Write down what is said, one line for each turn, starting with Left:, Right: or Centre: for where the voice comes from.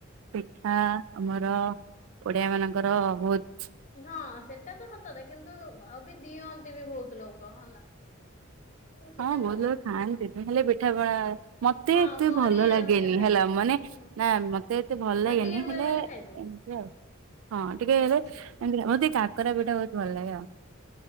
Right: ପିଠା ଆମର ଓଡିଆମାନଙ୍କର ବହୁତ୍
Left: ହଁ ସେଟା ତ ସତ କଥା କିନ୍ତୁ ଆଉ ବି ଦିଅନ୍ତି ବି ବହୁତ ଲୋକ ହେଲା। କେଟା
Right: ହଁ ବହୁତ
Left: କଣ
Right: ଲୋକ ଖାଆନ୍ତିନି ହେଲେ ପିଠାପଣା ମତେ
Left: ହଁ
Right: ଏତେ
Left: କରିବା
Right: ଭଲ ଲାଗେନି
Left: କଥା ଖାଲି
Right: ହେଲା ମାନେ
Left: ହୁଁ।
Right: ନା ମତେ ଏତେ ଭଲ ଲାଗେନି
Left: ଖଟିକେ ହୁଏ
Right: ହେଲେ
Left: ବୋଲି
Right: ଏମ୍
Left: ଖାଇଦଉ
Right: ଏମିତି ଆଉ, ହଁ ଟିକେ ହେଲେ
Left: ଆଚ୍ଛା
Right: ମତେ କାକରା ପିଠା ବହୁତ ଭଲ ଲାଗେ ଆଉ।